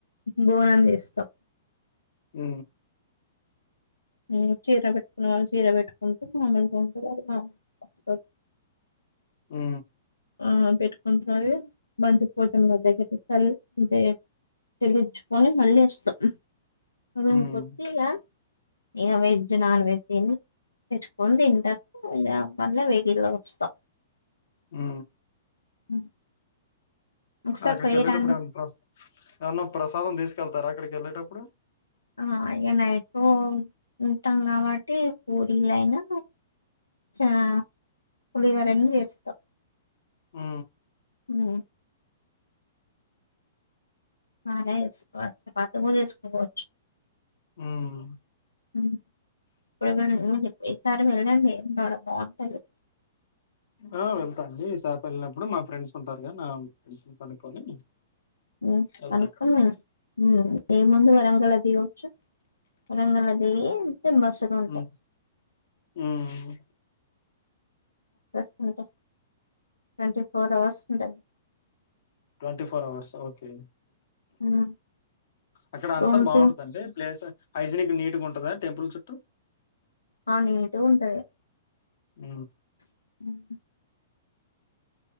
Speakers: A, on the left; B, on the left.
A: బోనం చేస్తాం
B: అ
A: ఉమ్ చీర పెట్టుకునే వాళ్ళు చీర పెట్టుకుంటే మామూలుగాా ఉండేవాళ్లు మాములుగా
B: ఆ
A: ఆ పెట్టుకుంటు మంత పూజనల దగ్గరి చ అదే చెల్లించుకొని మళ్ళీ ఇస్తాం ఆ రూమ్
B: హ్మ్
A: కొచ్చి ఇగ ఇక వెజ్ నాన్ వెజ్ తెచ్చుకొని తింటర్ ఇ మళ్ళీ వెడిల్లో వస్తాం
B: ఆ
A: <inaudible> ఒకసారి
B: అక్కడికి
A: పోయి
B: వెళ్ళేటప్పుడు
A: రండి
B: ఏమన్నా ఏమన్నా ప్రసాదం తీసుకెళ్తారా ఇక్కడకాల టప్పుడు
A: ఆ ఇ నైట్ ఉంటాం కాబట్టి పూరీల అయినా చ పులిగరీ చేస్తాం
B: ఆ
A: అ మ ఎసుకు బత పో ఎసుకుచ్చు
B: హ్మ్
A: <unintelligible> ఈసారి వెళ్ళండి బాగుంటది
B: ఆ వెళ్తా అండి ఈ సారి వెళ్ళినప్పుడు మా ఫ్రెండ్స్ ఉంటారు కదా నా ఫ్రెండ్స్ కనుక్కొని
A: ఉమ్
B: వెళ్తా
A: కనుకొని
B: అక్కడికి.
A: వెళ్ళండి ముందు వరంగల దిగచ్చు రంగులదివింత బసులు ఉంటాయి
B: హ్మ్. హ్మ్.
A: స్తుంటా ట్వంటీ ఫోర్ అవర్స్ ఉంటాయి
B: ట్వంటీ ఫోర్ అవర్స్ ఓకే
A: హ్మ్.
B: అక్కడ అంతా
A: రూమ్స్
B: బాగుంటుందండి ప్లేస్ హైజనిక్ నీట్గా ఉంటుందా టెంపుల్ చుట్టూ
A: ఆ నీట్ గా ఉంటుంది
B: అ
A: <inaudible>